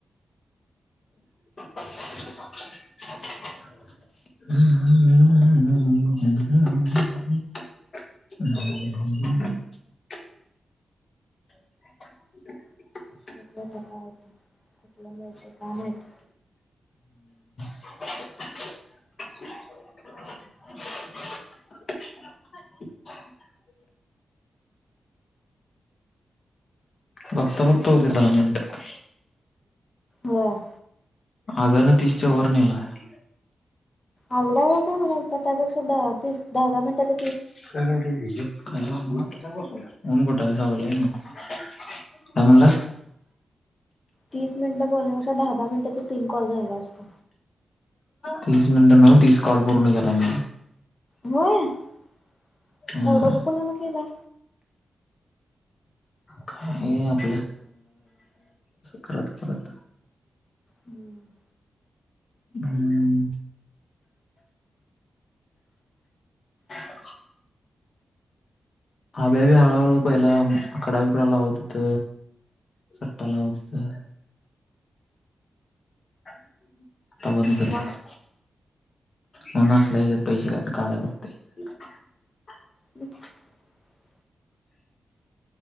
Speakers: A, on the left; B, on the left.
A: <inaudible> ह ह हह हह ह <unintelligible> <inaudible>
B: बघु आता काय होतंय आपला मिळते काय माहित
A: <inaudible> बघता बघता होतयात दहा मिनिटं
B: वाव
A: अब्यान तीसच्या वर नेलाय
B: आवडाय <unintelligible> तेच दहा दहा मिनिटाच
A: <unintelligible> ऊन कुठाय सावली हाय न्हव काय म्हणलास?
B: तीस मिनिटं बोलण्या पेक्षा दहा दहा मिनिटाचा तीन कॉल झाल असत
A: तीस मिनिट नव तीस कॉल पूर्ण केलाय
B: होय एवढ
A: हम्म
B: कोणाला केलाय
A: <unintelligible> परत परत
B: हम्म
A: हम् <inaudible> अभ्या बी हळूहळू पहिला आकडाबिकडा लावत होत सट्टा लावत होतं. <inaudible> आता बंद केलाय.
B: मग
A: म्हणून असल्या याच्यात पैसे का काढाय बघतोय <inaudible>
B: <inaudible>